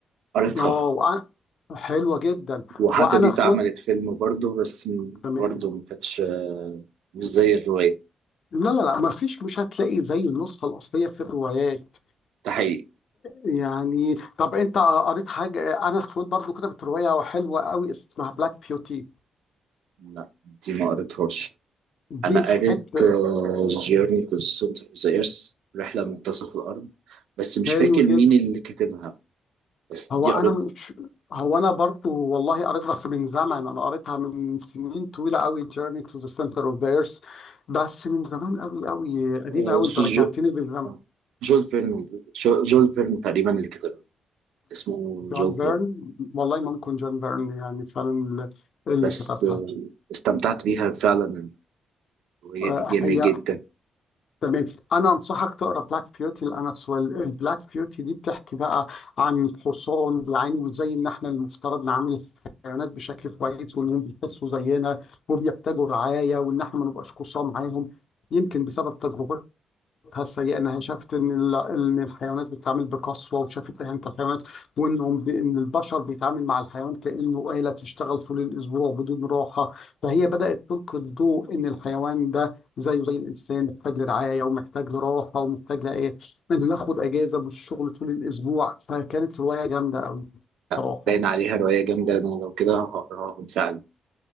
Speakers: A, on the right; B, on the left.
A: قريتها
B: آه وأ- حلوة جدا
A: وحتى
B: وأنا
A: دي اتعملت
B: سويل
A: فيلم برضه بس م-
B: تمام
A: برضه ما كانتش آه، مش زي الرواية
B: لا لا لا ما فيش مش هتلاقي زي النسخة الأصلية في الروايات
A: ده حقيقي
B: يعني طب انت قريت حاجه انا سويد برضو كتبت روايه حلوه قوي اسمها بلاك بيوتي
A: لا دي ما قريتهاش
B: دي
A: أنا
B: في
A: قريت
B: حته
A: جيرني تو سنتر اوف ذا ايرث رحلة منتصف الأرض بس مش
B: حلو
A: فاكر
B: جدا
A: مين اللي كاتبها بس
B: هو
A: دي
B: انا
A: قريت
B: مش هو انا برضو والله قريت بس من زمن انا قريتها من سنين طويله قوي جيرني تو ذا سنتر اوف ذا ايرث بس من زمان قوي قوي قديم
A: آه،
B: قوي
A: جو-
B: انت رجعتني للزمن
A: آه، جول فيرن جو- جول فيرن تقريبا اللي كتبها اسمه جول
B: جون فيرن
A: فيرن
B: والله ممكن جون فيرن يعني فعلا اللي
A: بس
B: كتبها
A: آه، استمتعت بيها فعلا الرواية
B: آه،
A: دي جامدة
B: هي
A: جدا
B: تمام انا انصحك تقرا بلاك بيوتي لانس ويل البلاك بيوتي دي بتحكي بقى عن الحصان يعني وازاي ان احنا المفترض نعامل الحيوانات بشكل كويس وانهم بيحسوا زينا وبيحتاجوا رعايه وان احنا ما نبقاش قصاه معاهم يمكن بسبب تجربتي السيئه انها شافت ان ال- ان الحيوانات بتتعامل بقسوه وشافت اهانه الحيوانات وانهم ب- ان البشر بيتعامل مع الحيوان كانه آلة تشتغل طول الاسبوع بدون راحه فهي بدات تلقي الضوء ان الحيوان ده زيه زي الانسان محتاج لرعايه ومحتاج لراحه ومحتاج لايه انه ياخد اجازه من الشغل طول الاسبوع فكانت روايه جامده قوي بصراحه
A: لا، باين عليها رواية جامدة أنا لو كده هقراها بالفعل